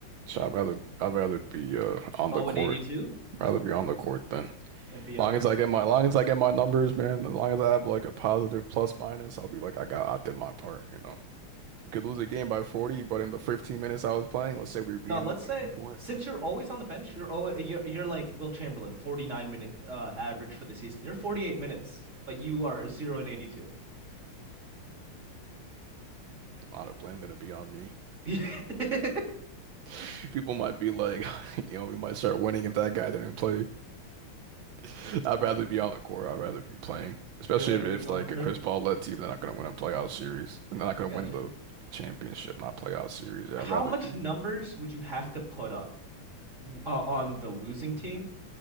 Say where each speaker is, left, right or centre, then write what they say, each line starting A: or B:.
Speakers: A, on the right (about 70°); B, on the right (about 35°).
A: So I'd rather I'd rather be uh on
B: Oh,
A: the court
B: and 82?
A: rather
B: <laughs>
A: be on the court than
B: And be
A: Long
B: oh, <laughs> 82.
A: as I get my, long as I get my numbers, man. As long as I have like a positive plus minus, I'll be like, I got, I did my part. You know, you could lose a game by 40, but in the 15 minutes I was playing, let's say we were beating
B: No, let's
A: them
B: say
A: by one point,
B: since you're always on the bench, you're always you're you're like Will Chamberlain, 49 minute uh average for the season. You're 48 minutes, but you are 0 and 82.
A: a lot of blame gonna be on me.
B: <laughs> You're
A: <laughs> People might be like, <laughs> you know, we might start winning if that guy didn't play. <laughs> I'd rather be on the court. I'd rather be playing, especially
B: a
A: if,
B: big
A: if
B: on
A: like a Chris Paul led team, they're not going to win a playoff series, and they're not going
B: I gotcha.
A: to win the championship, not playoff series. I'd
B: How
A: rather
B: much
A: be.
B: numbers would you have to put up uh, on the losing team